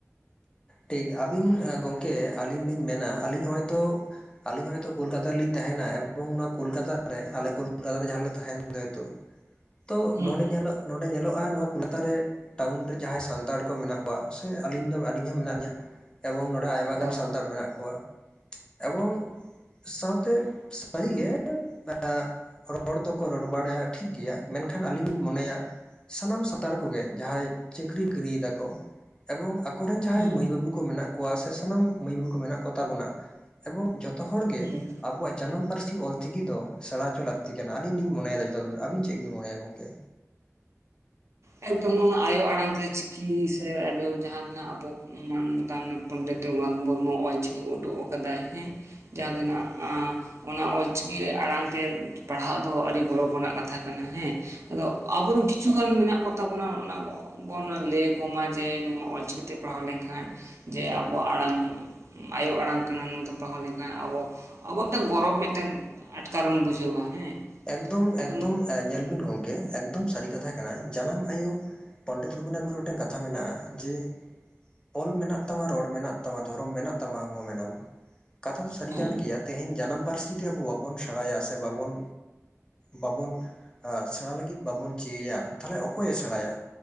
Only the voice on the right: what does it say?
ᱦᱩᱸ
ᱦᱩᱸ
ᱦᱳᱭ
ᱦᱩᱸ
ᱦᱩᱸ
ᱮᱠᱫᱚᱢ ᱱᱚᱱᱟ ᱟᱭᱳ ᱟᱲᱟᱝ ᱛᱮ ᱪᱤᱠᱤ ᱥᱮ ᱟᱫᱚ ᱡᱟᱦᱟᱸᱱᱟᱜ ᱟᱵᱚ ᱢᱟᱱᱚᱛᱟᱱ ᱯᱚᱱᱰᱤᱛ ᱨᱟᱹᱜᱷᱩᱱᱟᱛᱷ ᱢᱩᱨᱢᱩ ᱚᱞᱪᱤᱠᱤ ᱩᱰᱩᱜ ᱠᱟᱫᱟᱭ ᱦᱮᱸ ᱡᱟᱦᱟᱸ ᱫᱚ ᱱᱟᱸᱜ-ᱟᱸ ᱚᱱᱟ ᱚᱞᱪᱤᱠᱤ ᱟᱲᱟᱝ ᱛᱮ ᱯᱟᱲᱦᱟᱜ ᱫᱚ ᱟᱹᱰᱤ ᱜᱚᱨᱚᱵᱽ ᱟᱱᱟᱜ ᱠᱟᱛᱷᱟ ᱠᱟᱱᱟ᱾ ᱦᱮᱸ ᱟᱫᱚ ᱟᱵᱚ ᱨᱮᱱ ᱠᱤᱪᱷᱩ ᱜᱟᱱ ᱢᱮᱱᱟᱜ ᱠᱚᱛ ᱛᱟᱵᱩᱱᱟ ᱚᱱᱟ ᱵᱚᱱ ᱞᱟᱹᱭ ᱟᱠᱚ ᱢᱟ ᱡᱮ ᱱᱚᱣᱟ ᱚᱞᱪᱤᱠᱤ ᱛᱮ ᱯᱟᱲᱦᱟᱣ ᱞᱮᱱᱠᱷᱟᱱ ᱡᱮ ᱟᱵᱚᱣᱟᱜ ᱟᱲᱟᱝ ᱟᱭᱳ ᱟᱲᱟᱝ ᱠᱟᱱᱟ ᱱᱚᱣᱟ ᱛᱮ ᱯᱟᱲᱦᱟᱣ ᱞᱮᱱᱠᱷᱟᱱ ᱟᱵᱚ ᱟᱵᱚ ᱛᱮ ᱜᱚᱨᱚᱵᱽ ᱢᱤᱫᱴᱮᱱ ᱟᱴᱠᱟᱨ ᱵᱚᱱ ᱵᱩᱡᱷᱟᱹᱣᱟ ᱦᱮᱸ᱾
ᱟᱫᱚ
ᱦᱮᱸ